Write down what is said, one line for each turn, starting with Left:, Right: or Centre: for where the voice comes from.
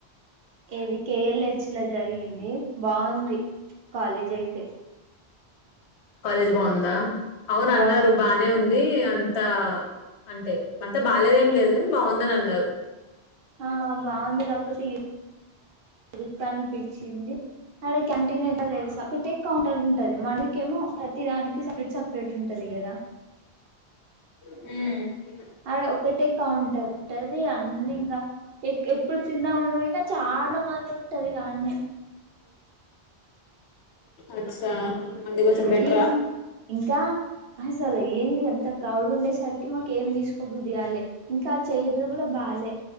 Right: ఏది కేఎలెచ్ లొ జరిగింది బాగుంది కాలేజ్ అయితే
Left: కాలేజ్ బాగుందా అవును
Right: బాగుంది
Left: అన్నారు బానే ఉంది ఆ అంతా అంటే అంత బాలేదేం లేదు కాని బాగుందని అన్నారు
Right: ఆ బాగుంది కాకపోతే ఎ అనిపించింది అడ కంటీన్ ఏంటో తెలుసా అక్క టెక్ కౌంటర్ ఉంటు టది మనకేమో తి దానికి సపరేట్ సపరేట్ ఉంటది కదా
Left: ఉ
Right: అడ ఒక్కటే కౌంటర్ ఉంటది అన్ని ఇంకా ఇప్పుడు తిందామని పోయిన చాలా మంది ఉ టది గ ఆన్నే
Left: అచ్చా మంది కోసం
Right: అది
Left: బెట్రా
Right: ఇంకా అసలు ఏంది అంత క్రౌడ్ ఉండేసరికి మాకేం తీసుకోబుద్ధి కాలే ఇంకా చైర్లు కూడా బాలే